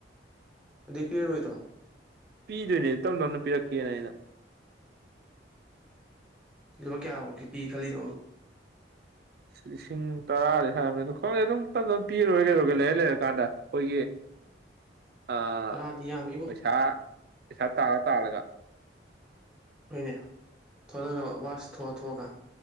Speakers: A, in the centre; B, on the right.
A: ꯑꯗꯩ ꯄꯤꯔꯔꯣꯏꯗ꯭ꯔꯣ
B: ꯄꯤꯗꯣꯏꯅꯦ ꯇꯞꯅ ꯇꯞꯅ ꯄꯤꯔꯛꯀꯦꯅ ꯑꯩꯅ
A: ꯂꯨꯄꯥ ꯀꯌꯥꯃꯨꯛꯀꯤ ꯄꯤ ꯈꯜꯂꯤꯅꯣ
B: ꯂꯤꯁꯤꯡ ꯇꯔꯥꯗꯤ ꯍꯥꯏꯕꯅꯦ ꯑꯗꯨ ꯈꯪꯗꯦ ꯑꯗꯨꯝ ꯇꯞ ꯇꯞꯅ ꯄꯤꯔ ꯂꯣꯏꯔꯦ ꯀꯩꯗꯧꯔꯒꯦ ꯂꯩꯔ ꯂꯩꯔꯀꯥꯟꯗ ꯑꯩꯈꯣꯏꯒꯤ
A: <unintelligible>
B: ꯑ
A: ꯇꯔꯥꯗꯤ ꯌꯥꯝꯃꯤꯕꯣ
B: ꯄꯩꯁꯥ ꯄꯩꯁꯥ ꯇꯥꯂ ꯇꯥꯜꯂꯒ
A: ꯍꯣꯏꯅꯦ ꯊꯣꯛꯣꯂꯛꯒ ꯋꯥꯁ ꯊꯣꯛꯑ ꯊꯣꯛꯑꯒ